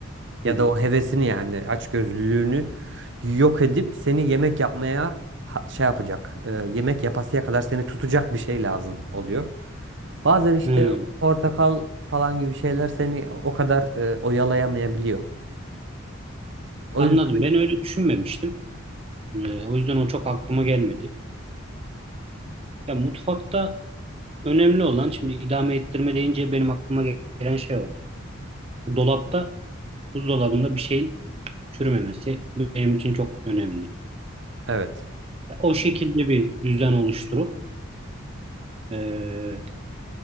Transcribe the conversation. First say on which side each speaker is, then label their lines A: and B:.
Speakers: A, on the right; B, on the right.
A: Ya
B: Hı hı.
A: da o hevesini yani açgözlülüğünü yok edip seni yemek yapmaya ha- şey yapacak. e, yemek yapasıya kadar seni tutacak bir şey lazım oluyor. Bazen işte
B: Hı.
A: portakal falan gibi şeyler seni o kadar e, oyalayamayabiliyor. O
B: Anladım.
A: yüzden
B: Ben öyle düşünmemiştim. Ee, o yüzden o çok aklıma gelmedi. Ya mutfakta önemli olan şimdi idame ettirme deyince benim aklıma gelen şey oldu. Dolapta, buzdolabında bir şeyin çürümemesi benim için çok önemli.
A: evet.
B: Ya O şekilde bir düzen oluşturup e,